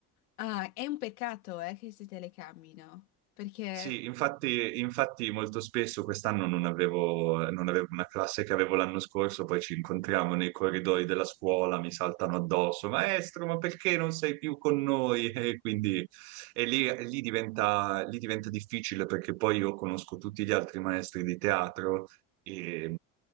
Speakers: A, on the left; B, on the right.
A: Ah, è un peccato, eh, che si telecamino, perché...
B: Sì, infatti, infatti molto spesso quest'anno non avevo, non avevo una classe che avevo l'anno scorso, poi ci incontriamo nei corridoi della scuola, mi saltano addosso, maestro, ma perché non sei più con noi? <laughs> E quindi e lì, lì diventa, lì diventa difficile perché poi io conosco tutti gli altri maestri di teatro e,